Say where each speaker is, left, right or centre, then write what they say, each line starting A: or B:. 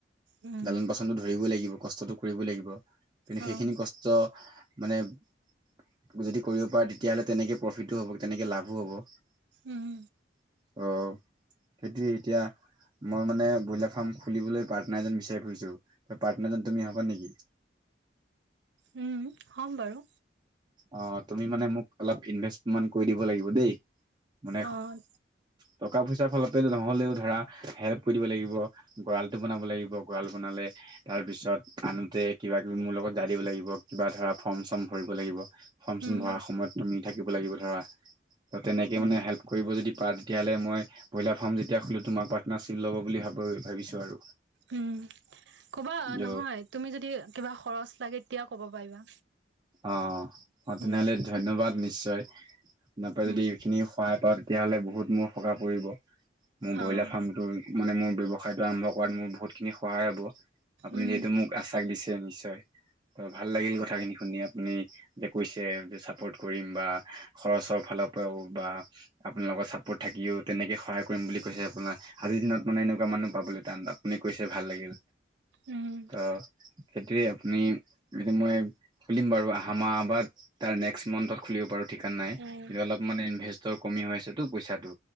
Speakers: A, on the right; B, on the right.
A: উম,
B: লালান পাচনটো ধৰিব লাগিব কষ্টটো কৰিব লাগিব কিন্তু
A: অ',
B: সেইখিনি কষ্ট। মানে যদি কৰিব পাৰে তেতিয়াহ'লে তেনেকে প্ৰফিটোো হ'ব তেনেকে লাভো হ'ব অ
A: উম।
B: সেইটে এতিয়া মই মানে ব্ৰইলাৰ ফাৰ্ম খুলিবলৈ পাৰ্টনাৰ এজন মিচাৰ ফুৰিছো পাৰ্টনাৰ তুমি হবা নেকি
A: উম, হ'ম বাৰু
B: অ তুমি মানে মোক অলপ ইনভেষ্টে কৰি দিব লাগিব দেই মানে
A: অ',
B: টকা পইচাৰ ফালতে নহ'লেও ধৰা হেল্প কৰিব লাগিব গঁড়ালটো বনাব লাগিব গঁড়াল বনালে। তাৰ পিছত আনোতে কিবা কিবি মোৰ লগত জান দিব লাগিব কিবা ধৰা ফৰ্ম। চৰ্ম ভৰিব লাগিব ফৰ্ম চৰ্ম
A: উম,
B: ভৰা সময়ত তুমি থাকিব লাগিব ধৰা। ত তেনেকে
A: উম,
B: মানে হেল্প কৰিব যদি পাৰা তেতিয়লে মই ব্ৰইলাৰ ফাৰ্ম যেতিয়া খুলোঁ তোমাৰ পাৰ্টনাৰচিপ ল'ব বুলি ভাবোঁ। বুলি ভাবিছোঁ আৰু।
A: উম ক'বা
B: ত
A: নহয় তুমি যদি কিবা খৰচ লাগে তেতিয়া ক'ব পাৰিবা।
B: অ অ তেনেহলে
A: উম,
B: ধন্যবাদ নিশ্চয় আপোনাৰ পৰাে
A: উম,
B: যদি এইখিনি সহায় পা তেতিয়াহ'লে বহুত মোৰ সকাহ পৰিব মোৰ ব্ৰইলাৰ
A: অ',
B: ফাৰ্মটো মানে মোৰ ্য়ৱসায়তোম্ভ কৰাত মোৰ বহুত খিনি সহায় হব আপুনি
A: উম,
B: যিহু মোক আছে াক দিছে নিশ্চয় ত ভাল লাগিল কথাখিনি শুনিয় আ যে কৈছে চাপৰ্ কৰিম বা খৰচৰ ফাল পৰাও বা আপোনাৰ লগত চাপৰ্ট থাকিও তেনেকে সহায় কৰিম বুলি কৈছে আপোনাৰ আজি দিন মানে এনেকুৱা মানুহ পাবলৈ টান আপুনি কৈছে ভাল লাগিল
A: উম,
B: ত সতি আপুনি যদি মই খুলিম বাৰু আহম আবাদ তাৰ নেক্সট মান্থত খুলিব পাৰো ঠিকান নাই
A: উম,
B: অলপ মান ইনভেৰ কমি তো পইচাটো